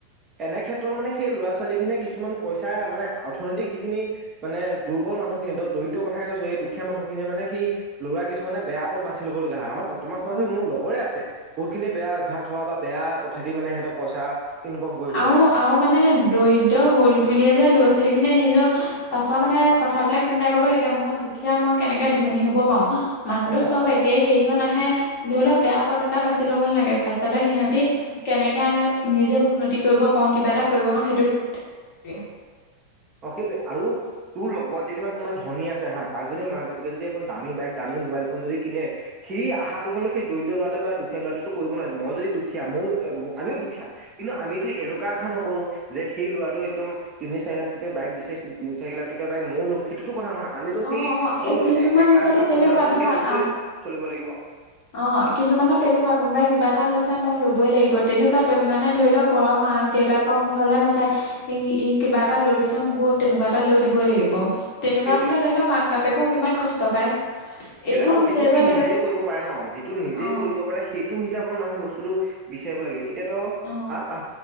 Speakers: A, on the right (about 25°); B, on the left (about 45°).
A: এনে ক্ষেত্ৰত মানে সেই ল'ৰা ছোৱালী খিনিয়ে কিছুমান পইচা মানে অৰ্থনৈতিক যিখিনি মানে দুৰ্বল মানুহখিনি কিন্ত দৰিদ্ৰ কথাে কৈো এই দুখীয়া মানুহখিয়ে মানে সেই ল'ৰা কিছুে বেয়া পথ বাচি ল'ব লগা হয়মাৰ বৰ্তমান সময়ত
B: অ
A: মোৰ লগৰৰে আছে বহুতখিনি বেয়া অভ্যাস থকা বা বেয়া পথেদি মানে সিহঁতৰ পইচা ইনকম কৰিবলৈ
B: আৰু
A: যোৱা
B: আৰু মানে দৰিদ্ৰ হল বুলিয়ে যেোৱা ল'ৰা ছোৱালী সখিনিয়ে নিজৰ পাছৰ মানে কথাবিলাক চিন্তা কৰিব লাগে মই দুখীয়া মই কেনেকৈ ধনী হ'ব পাৰোঁ মানুহটো
A: অ
B: চব একে সেই ইহন আহে ধৰি লওক বেয়া পথ এটা বাছি ল'ব নালাগে ফাৰ্ষতে সিহতি কেনেকে নিজে উন্নতি কৰিব পাৰো কিবা এটা কৰিব পাৰো সেইটো
A: অ সেইটোৱয়ে আৰু তোৰ লগত যেদিিবা কোনোবা ধনী আছে হা তাক যদিী মাক বাপেকে যদি এখন দামী বাইক দামী মোবাইল ফোন যদি কিনে সি আশাটো কিন্তু সেই দৰিদ্ৰ লৰাটোোৱ বা দুখীয়া ল'ৰাটো কৰিব নোৱাৰিম মই যদি দুখীয়া মোৰ আমিও দুখীয়া কিন্তু আমিতো এনেকুৱা আশা নকৰো যে সেই ল'ৰাটো একদম তিনি চাৰি লাখ তোই দিচিছিল তি চাৰি লাখককা বাই ময় লম সেইটোো কথাহয় আমিতো
B: অ
A: সেই
B: অ
A: তোৰ
B: এ কিছুমান
A: এক
B: ল'ৰা
A: লাখ
B: ছোৱালী
A: বা পঞ্চাশ
B: তেনেকুৱা
A: হাজাৰ টকীয়া
B: ধৰ
A: বস্তুৱয়ে
B: আম
A: চলিব লাগিব
B: অ কিছুমানৰ তেনেকুৱা কোনোবাই কিবা এটা লৈছে মই ল'বই লাগিব তেনেকুৱা মানে ধৰি লওক ঘৰ মাক দেউতাকৰ মুখৰলৈলে নাচাই ই ই কিবা এটা লৈ দিছে মোকো তেনেকুৱা এটা লৈ দিবই লাগিব তেনেকুৱা
A: সেইটোৱে
B: হলে ধৰি লওক মাক বাপেকও কিমান কষ্ট পায়
A: সেই
B: এইটোও
A: আৰু
B: বিচাৰিব
A: যিটো সি
B: লাগে
A: নিজে কৰিব পাৰে ন যিটো নিজে
B: অ
A: কৰিব পাৰে সেইটো হিচাপত মানুে বস্তুটো বিচাৰিব লাগে এতিয়া
B: অ
A: আহ আহ